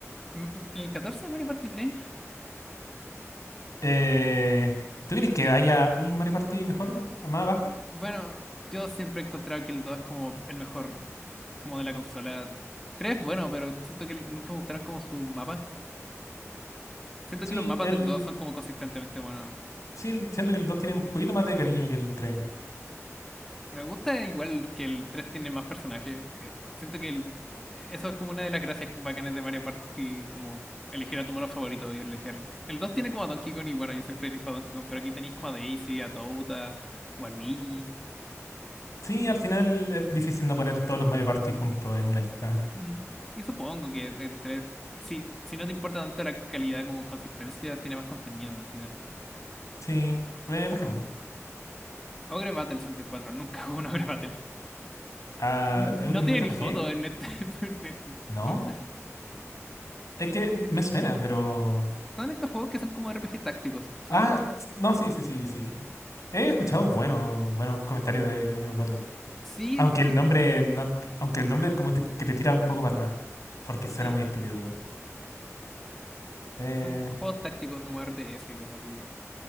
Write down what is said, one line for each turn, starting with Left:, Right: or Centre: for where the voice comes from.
Centre: M- m- El 14 de Mario Party 3.
Left: Eh, ¿tú crees que haya un Mario Party mejor, más abajo?
Centre: Bueno, yo siempre he encontrado que el 2 es como el mejor como de la consola. tres bueno, pero siento que nunca me gustaron como sus mapas. Siento
Left: Sí,
Centre: que los mapas
Left: el.
Centre: del 2 son como consistentemente buenos.
Left: Sí, el- siento que el 2 tiene un poquito más de cariño que el tres.
Centre: Me gusta igual que el 3 tiene más personajes. Eh, Siento que el- eso es como una de las gracias bacanas de Mario Party, como elegir a tu mono favorito y elegir. El 2 tiene como a Donkey Kong y bueno, yo siempre elijo a Donkey Kong, pero aquí tenéis como a Daisy, a Toad, a o a Luigi.
Left: Sí, al final es difícil no poner todos los Mario Party juntos en una lista. <laughs>
Centre: Mm, Y supongo que el tres si, si no te importa tanto la calidad como consistencia, tiene más contenido al final.
Left: Sí, eh, bajemos.
Centre: Ogre Battle sesenta y cuatro nunca <laughs> jugué un Ogre Battle.
Left: Ah,
Centre: N-
Left: ¿es
Centre: No
Left: un
Centre: tiene
Left: RPG?
Centre: ni foto en este, <laughs> en este
Left: No.
Centre: top.
Left: Es que me suena, pero.
Centre: Son estos juegos que son como RPG tácticos. Son
Left: Ah, s- no, sí, sí, sí, sí. He escuchado buenos, buenos comentarios de Ogre Battle.
Centre: Sí,
Left: Aunque
Centre: es
Left: el
Centre: que.
Left: nombre no, aunque el nombre como te- que te tira un poco para atrás. Porque suena
Centre: Sí,
Left: muy estúpido. Eh,
Centre: son juegos tácticos en RTS y cosas así.